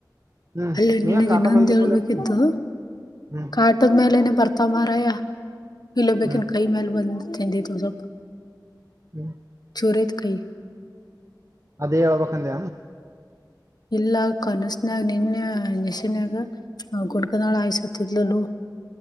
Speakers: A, on the right (about 40°); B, on the left (about 60°).
A: ಹ್ಮ್
B: ಅಲ್ಲೇ
A: ನೀ
B: ನಿನಗೆ
A: ಯಾಕ್ ಕಾಟ
B: ಇನ್ನೊಂದು
A: ಮೇಲೆ ಮಕ್ಕೊಂಡಿರ್ತೀನಿ
B: ಹೇಳ್ಬೇಕಿತ್ತು.
A: ಹ್ಮ್
B: ಕಾಟದ್ ಮೇಲೆನೆ ಬರ್ತಾವ ಮಾರಯ ಇಲ್ಲ ಬೇಕನ್
A: ಹ್ಮ್
B: ಕೈ ಮೇಲೆ ಬಂದ. ತಿಂಡಿ ತಿನ್ನೋಕೆ.
A: ಹ್ಮ್
B: ಚುರಿತ್ ಕೈ.
A: ಅದೇ ಹೇಳಬೇಕು ಅಂದ.
B: ಇಲ್ಲ ಕನಸ್ನಾಗ ನಿನ್ನೆ ಕನಸಿನಗ <unintelligible> ಸೈ ಸತಿದ್ಲುಲೋ.